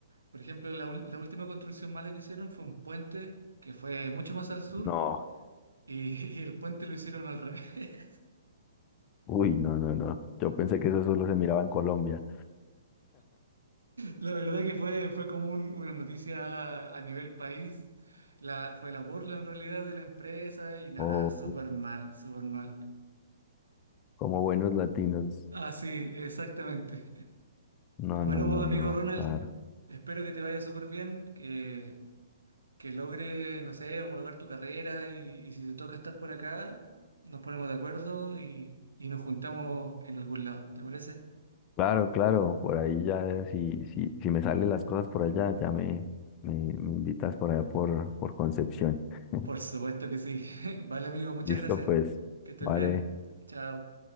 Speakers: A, on the right (about 70°); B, on the left (about 25°).
A: Por ejemplo, la, ul- la última construcción mala que hicieron fue un puente que fue mucho más al sur
B: No,
A: y, <laughs> y el puente lo hicieron al revés. <laughs>
B: uy, no, no, no. Yo pensé que eso solo se miraba en Colombia.
A: La verdad que fue, fue como un- una noticia a nivel país, la, fue la burla en realidad de la empresa y nada,
B: o
A: súper mal, súper mal.
B: como buenos latinos.
A: Ah, sí, exactamente.
B: No,
A: Bueno,
B: no, no,
A: pues, amigo
B: no,
A: Ronald,
B: claro.
A: espero que te vaya súper bien, que que logre, no sé, homologar tu carrera y, y si te toca estar por acá, nos ponemos de acuerdo y, y nos juntamos en algún lado, ¿te parece?
B: Claro, claro, por ahí ya, si, si, si me salen las cosas por allá, ya me, me, me invitas por allá por, por Concepción. <laughs>
A: Por supuesto que sí. <laughs> Vale, amigo, muchas
B: Listo,
A: gracias.
B: pues,
A: Que estés
B: vale.
A: bien. Chao.